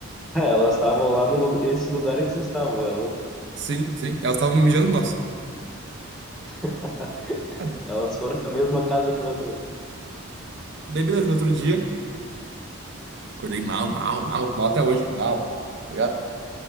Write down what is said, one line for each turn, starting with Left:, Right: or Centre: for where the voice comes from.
Centre: É, elas estavam lá no lugar, esse lugar que vocês estavam. Elas,
Right: Sim, sim, elas estavam mijando nós.
Centre: <laughs>
Right: Ah,
Centre: elas foram na mesma casa que vocês.
Right: daí, beleza, no outro dia, acordei mal, mal, mal, mal até hoje, mal, tá ligado?